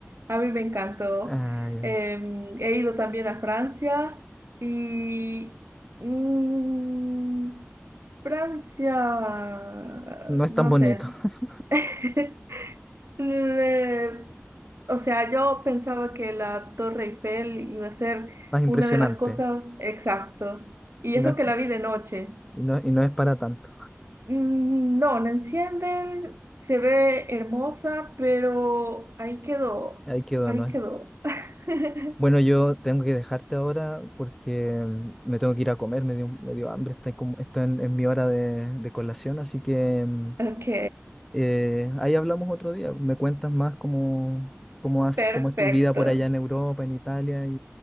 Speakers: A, on the right; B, in the centre.
A: A mí me encantó.
B: Ah, ya.
A: Em, he ido también a Francia y mm, Francia,
B: No es
A: no
B: tan bonito,
A: sé.
B: <laughs>
A: <laughs> Mm, Eh, o sea, yo pensaba que la Torre Eiffel iba a ser
B: más impresionante,
A: una de las cosas exacto. Y
B: y
A: eso
B: no es,
A: que la vi de noche.
B: y no, y no es para tanto.
A: Mm, No, la encienden, se ve hermosa, pero ahí quedó,
B: Ahí quedó,
A: ahí
B: ¿no es?
A: quedó. <laughs>
B: Bueno, yo tengo que dejarte ahora porque mm, me tengo que ir a comer, me dio, me dio hambre, estoy, como, estoy en, en mi hora de, de colación, así que mm,
A: Ok,
B: eh, ahí hablamos otro día. Me cuentas más cómo, cómo, has-
A: perfecto,
B: cómo es tu vida por allá en Europa, en Italia, y,